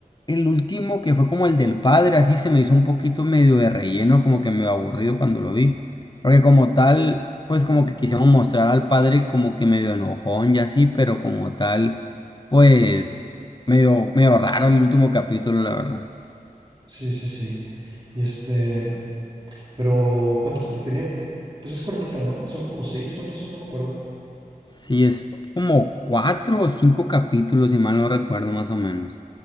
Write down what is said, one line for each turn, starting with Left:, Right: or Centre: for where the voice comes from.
Left: el último que fue como el del padre, así se me hizo un poquito medio de relleno, como que medio aburrido cuando lo vi. Porque como tal, pues como que quisieron mostrar al padre como que medio enojón y así, pero como tal, pues medio, medio raro el último capítulo, la verdad.
Right: Sí, sí, sí. Y este, pero ¿cuántos que tenía? Pues es cortita, ¿no? Son como seis, ¿cuántos son? No me acuerdo.
Left: Sí, es como cuatro o cinco capítulos, si mal no recuerdo, más o menos.